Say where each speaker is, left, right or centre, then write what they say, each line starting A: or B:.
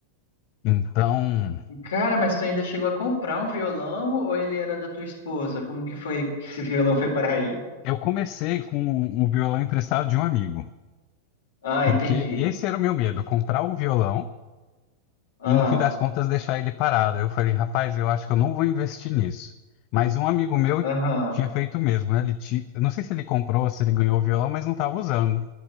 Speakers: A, on the left; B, on the left.
A: Então,
B: Cara, mas tu ainda chegou a comprar um violão ou ele era da tua esposa? Como que foi que esse violão foi para aí?
A: eu comecei com um violão emprestado de um amigo,
B: Ah,
A: porque
B: entendi.
A: esse era o meu medo, comprar um violão.
B: Ah,
A: e no fim das contas deixar ele parado. Eu falei, rapaz, eu acho que eu não vou investir nisso. Mas um amigo meu
B: aham.
A: tinha feito o mesmo, né? Ele ti- eu não sei se ele comprou, se ele ganhou o violão, mas não estava usando.